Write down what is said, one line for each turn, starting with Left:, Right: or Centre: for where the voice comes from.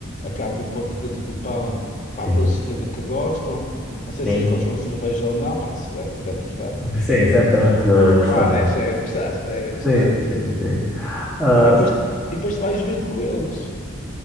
Left: a carne do porco dentro do pão, pá,
Centre: Sim,
Left: aqueles certeza que gostam. Não sei
Centre: sim.
Left: se eles gostam de cerveja ou não, pá, a Suécia deve gostar, não,
Centre: Sim,
Left: digo
Centre: certamente
Left: eu.
Centre: que devem gostar.
Left: Pá, deve, deve gostar, deve gostar.
Centre: Sim, sim, sim. Ah,
Left: Pá, e depois, e depois tu vais vendo com eles.